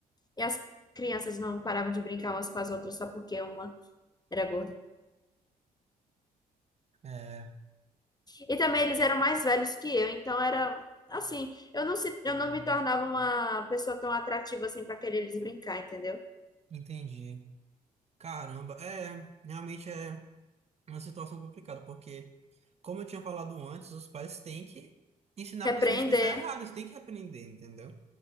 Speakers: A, on the left (about 20°); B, on the right (about 35°).
A: E as crianças não paravam de brincar umas com as outras só porque uma era gorda.
B: É,
A: E também eles eram mais velhos que eu, então era assim, eu não se, eu não me tornava uma pessoa tão atrativa assim para querer eles brincar, entendeu?
B: entendi. Caramba, é, realmente é uma situação complicada, porque, como eu tinha falado antes, os pais têm que ensinar
A: Repreender,
B: para os filhos que isso é errado, eles têm que aprender, entendeu?